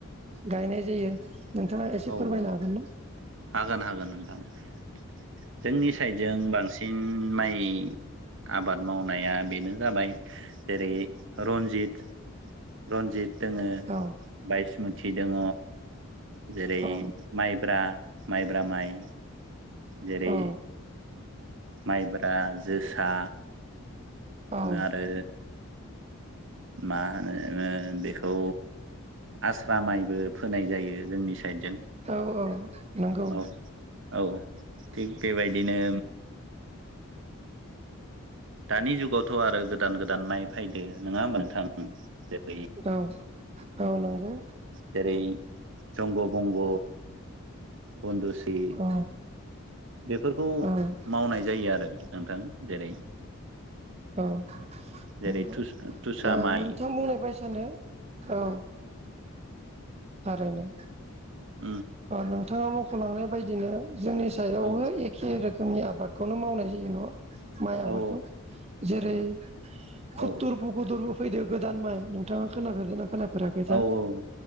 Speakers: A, on the right; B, on the right.
A: गायनाय जायो। नोंथाङा एसे
B: औ
A: फोरमायनो हागोन ना।
B: हागोन हागोन नोंथां जोंनि साइडजों बांसिन माइ नि आबाद मावनाया बेनो जाबाय जेरै रनजित रन्जित दङो
A: औ
B: बायसमुथि दङ जेरै
A: औ
B: माइब्रा माइब्रा माइ जेरै
A: औ
B: माइब्रा जोसा
A: औ
B: आरो मा होनो नोङो बेखौ आस्रा माइबो फोनाय जायो जोंनि साइडजों
A: औ औ नंगौ
B: औ औ थिग बेबायदिनो दानि जुगावथ' आरो गोदान गोदान माइ फैदो नङा होनबा नोंथां। जेरै
A: औ औ नंगौ
B: जेरै जंग' बंग', बनदुसि
A: औ
B: बेफोरखौ
A: औ
B: मावनाय जायो आरो नोंथां जेरै
A: औ
B: जेरै
A: नंगौ
B: तुसा माइ
A: नोंथां बुंनाय बाय होनदो औ थारैनो
B: उम
A: नोंथाङा मख'लांनाय बायदिनो जोंनि साइडबो
B: औ
A: एखे रोखोम खोमनि आबादखौनो मावनाय जायो न माइ आबादखौ
B: औ
A: जेरै खुथुर
B: औ
A: बुगुदरबो फैदो गोदान माइ नोंथाङा खोनाफेरदों ना खोनाफेराखैथाय
B: औ औ